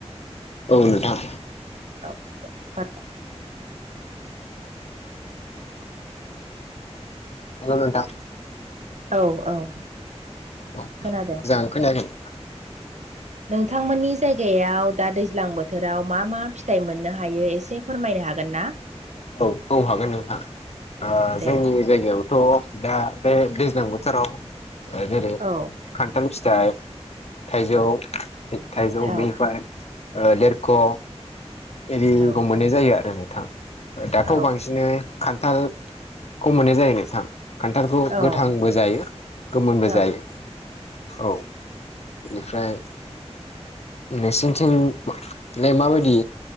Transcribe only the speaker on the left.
औ नोंथां
हेलौ नोंथां
मोजां
खोनायाखै
औ औ हागोन नोंथां आ
जोंनि जायगायावथ' दा बे दैज्लां बोथोराव ओ जेरै
खान्थाल फिथाइ थाइजौ थाइजौ
बेनिफ्राय लेरख एरिखौ
मोननाय जायो आरो नोंथां दाथ
बांसिनै खान्थाल खौ मोननाय जायो नोंथां खान्थालखौ
गोथांबो जायो गोमोनबो
जायो औ बेनिफ्राय नोंसिनिथिं बे माबायदि